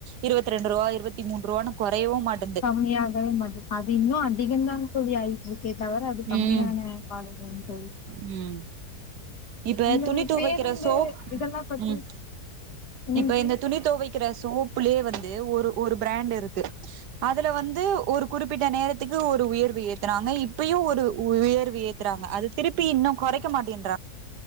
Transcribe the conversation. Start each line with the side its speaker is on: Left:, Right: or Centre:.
Right: இருவத் ரெண்டுரூபா இருவத்தி மூன்றுவான்னு கொறையவு மாட்
Left: கம்மியாகவே மாட்டது அது இன்னு அதிகந்தாங் தோழி ஆயிட்டு இருக்கே தவிர அது கம்மியான
Right: ம்
Left: பாடுல்ல தோழி
Right: ம் இப்ப
Left: இந்த
Right: துணி துவைக்கிற
Left: பேருந்து
Right: சோப்
Left: இதெல்லா பத்தி
Right: ம்
Left: என்னங்
Right: இப்ப
Left: தோழி
Right: இந்த துணி துவைக் கிற சோப்புலயே வந்து ஒரு ஒரு பிராண்ட் இருக்கு அதுல வந்து ஒரு குறிப்பிட்ட நேரத்துக்கு ஒரு உயர்வு ஏத்துறாங்க இப்பயு ஒரு உயர்வு ஏ த்றாங்க அது திருப்பி இன்னு கொறைக்க மாட்டின்றாங்